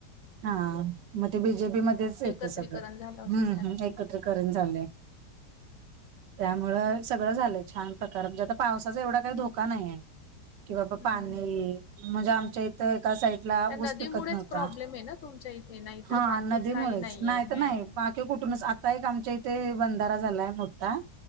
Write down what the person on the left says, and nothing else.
एकत्रीकरण
झालं असेल
त्यांचं
हम्म.
त्या नदीमुळेच
प्रॉब्लेम आहे ना तुमच्या इथे नाही
तर बाकी
काही
नाही
आहे हे.